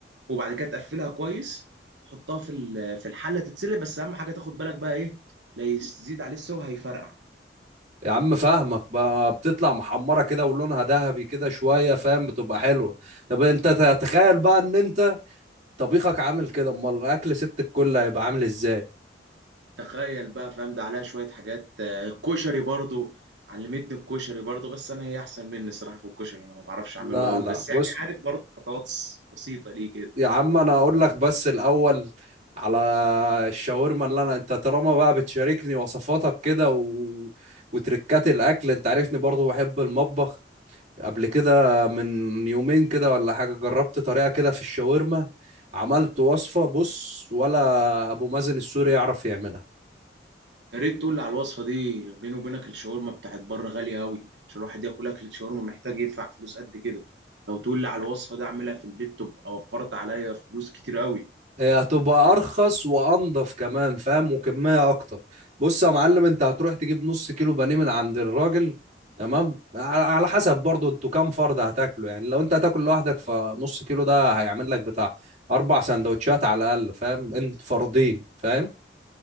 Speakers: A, on the right; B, on the right.
A: وبعد كده تقفلها كويس تحطها في ال- في الحله تتسلق بس اهم حاجه تاخد بالك بقى ايه لا يزيد عليه السوا هيفرقع
B: يا عم فاهمك بقى بتطلع محمرة كده ولونها ذهبي كده شوية فاهم بتبقى حلوة طب انت تتخيل بقى ان انت طبيخك عامل كده امال الاكل ست الكل هيبقى عامل ازاي
A: تخيل بقى فاهم ده عليها شويه حاجات آه، الكشري برضو علمتني الكشري برضو بس انا هي احسن مني الصراحه في الكشري انا ما بعرفش
B: لا
A: اعمله قوي
B: لا
A: بس
B: بص
A: يعني عارف برضو خطوات بسيطه ليه كده
B: يا عم انا اقول لك بس الاول على الشاورما اللي انا انت طالما بقى بتشاركني وصفاتك كده و... وتركات الاكل انت عارفني برضو بحب المطبخ قبل كده من يومين كده ولا حاجة جربت طريقة كده في الشاورما عملت وصفة بص ولا أبو مازن السوري يعرف يعملها
A: يا ريت تقول لي على الوصفه دي بيني وبينك الشاورما بتاعت بره غاليه قوي عشان الواحد ياكل اكل شاورما محتاج يدفع فلوس قد كده لو تقول لي على الوصفه دي اعملها في البيت تبقى وفرت عليا فلوس كتير قوي
B: هي هتبقى أرخص وأنضف كمان فاهم وكمية أكتر بص يا معلم أنت هتروح تجيب نص كيلو بانيه من عند الراجل تمام على على حسب برضو انتوا كام فرد هتاكلوا يعني لو انت هتاكل لوحدك فنص كيلو ده هيعمل لك بتاع أربع سندوتشات على الأقل فاهم انت فردين فاهم